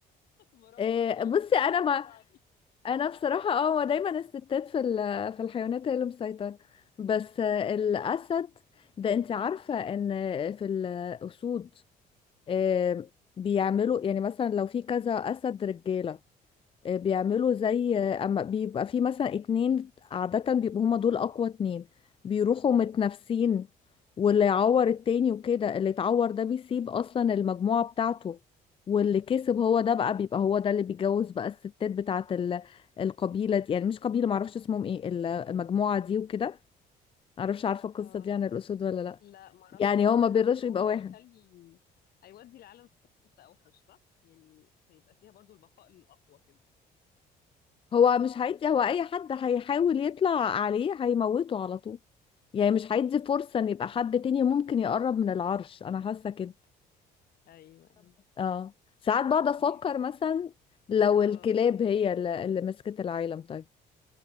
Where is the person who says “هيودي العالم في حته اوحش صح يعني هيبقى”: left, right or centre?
Left